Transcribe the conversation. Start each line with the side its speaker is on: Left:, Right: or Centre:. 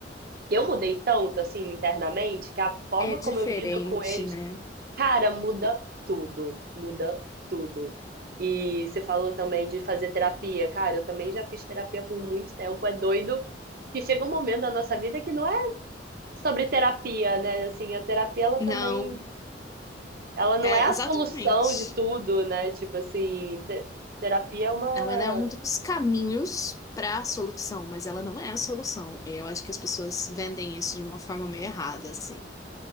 Right: eu mudei tanto assim internamente que a forma
Left: É diferente,
Right: como eu lido com eles,
Left: né?
Right: cara, muda tudo, muda tudo. E você falou também de fazer terapia. Cara, eu também já fiz terapia por muito tempo. É doido que chega um momento da nossa vida que não sobre terapia, né? Assim, a terapia ela
Left: Não,
Right: também, ela não
Left: é
Right: é a
Left: exatamente.
Right: solução de tudo, né? Tipo assim, te- terapia é uma,
Left: Não, ela é um dos caminhos para a solução, mas ela não é a solução. Eu acho que as pessoas vendem isso de uma forma meio errada, assim.